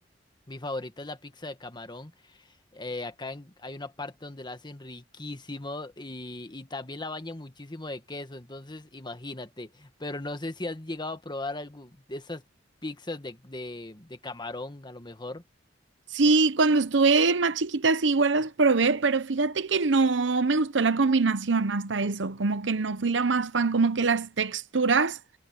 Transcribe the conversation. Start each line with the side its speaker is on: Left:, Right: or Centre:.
Left: mi favorita es la pizza de camarón. Eh, acá en- hay una parte donde la hacen riquísimo y, y también la bañan muchísimo de queso, entonces imagínate, pero no sé si has llegado a probar algo de esas pizzas de, de, de camarón, a lo mejor.
Right: Sí, cuando estuve más chiquita sí igual las probé, pero fíjate que no me gustó la combinación hasta eso, como que no fui la más fan, como que las texturas